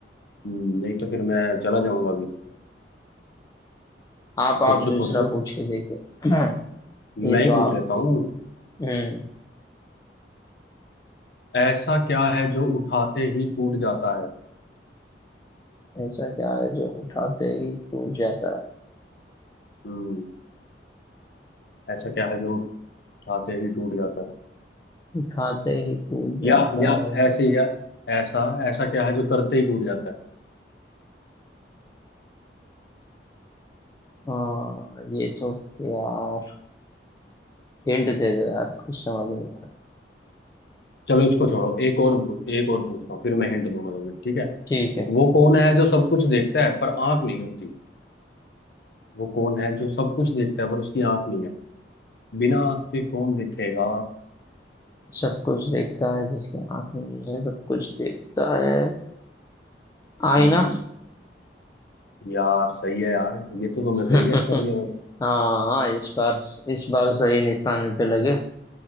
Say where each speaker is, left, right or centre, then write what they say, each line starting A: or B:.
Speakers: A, on the left (about 60°); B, on the left (about 20°).
A: हम्म, नहीं तो फिर मैं चला जाऊंगा अभी
B: आप आप
A: सोचो
B: दूसरा
A: सोचो
B: पूछ के देखिए <clears throat>
A: मैं
B: ये
A: ही
B: तो
A: पूछ
B: आप
A: लेता हूँ
B: हम्म
A: ऐसा क्या है जो उठाते ही टूट जाता है
B: ऐसा क्या है जो उठाते ही टूट जाता है
A: हम्म ऐसा क्या है जो उठाते ही टूट जाता है
B: उठाते ही टूट जाता
A: या या
B: है
A: ऐसे या ऐसा ऐसा क्या है जो करते ही टूट जाता है
B: हाँ ये तो यार हिंट दे दो यार कुछ समझ नहीं आ रहा।
A: चलो इसको छोड़ो एक और पूछ- एक और पूछता हूँ फिर मैं हिंट दूंगा तुम्हें ठीक है
B: ठीक है
A: वो कौन है जो सब कुछ देखता है पर आंख नहीं होती वो कौन है जो सब कुछ देखता है पर उसकी आंख नहीं है बिना आंख के कौन देखेगा
B: सब कुछ देखता है जिसकी आंख नहीं है सब कुछ देखता है आईना
A: हम्म यार सही है यार ये तो तुमने
B: <laughs>
A: सही गैस कर लिया भाई
B: हाँ हाँ इस बार इस बार सही निशाने पे लगे